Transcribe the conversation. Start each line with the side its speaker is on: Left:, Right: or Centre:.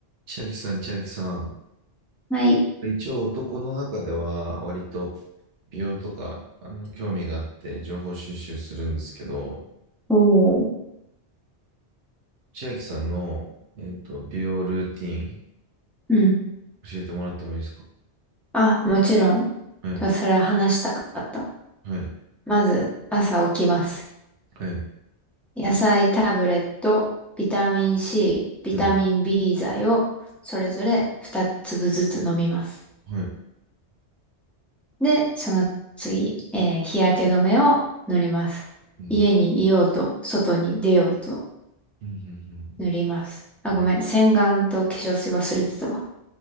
Right: 千秋さん、千秋さん。
Centre: はい。
Right: 一応男の中では割と美容とかあの興味があって情報収集するんですけど、
Centre: おー。
Right: 千秋さんの、えっと、美容ルーティン
Centre: うん。
Right: 教えてもらってもいいですか
Centre: あ、もちろん。じ
Right: はい、
Centre: ゃあそれは話したかった。
Right: はい、
Centre: まず、朝起きます。
Right: はい、
Centre: 野菜タブレット、ビタミン C、ビタミン
Right: うん、
Centre: B 剤を、それぞれ2粒ずつ飲みます。
Right: はい、
Centre: で、その次、えー日焼け止めを塗ります。
Right: うん、
Centre: 家にいようと、外に出ようと
Right: うん、
Centre: 塗ります。あ、
Right: うん、
Centre: ごめん、
Right: うん、
Centre: 洗顔と化粧水忘れてたわ。